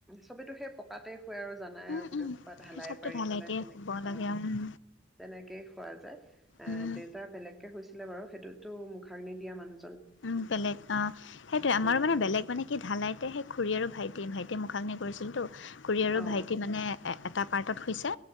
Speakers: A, in the centre; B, on the left.
A: চবেইটো সেই পকাতে শুয়ে আৰু জানাই
B: উম
A: আৰু গোটেইসোপা
B: উম
A: ঢালাই
B: চবতো
A: পাৰি
B: ঢালাইতে
A: পেলাই সেনেকে
B: শুব লাগে
A: অঁ।
B: উম
A: তেনেকেই শুৱা যায়। এ
B: উম
A: দেউতা বেলেগকে শুইছিলে বাৰু, সেইটোতো মুখাগ্নি দিয়া মানুহ।
B: উম, বেলেগ অহ, সেইটোয়েই আমাৰ
A: উম
B: মানে বেলেগ মানে- কি ঢালাইতেই সেই খুৰী আৰু ভাইটি, ভাইটিয়ে মুখাগ্নি কৰিছিলতো। খুৰী আৰু
A: অ
B: ভাইটি- মানে এটা পাৰ্টত শুইছে,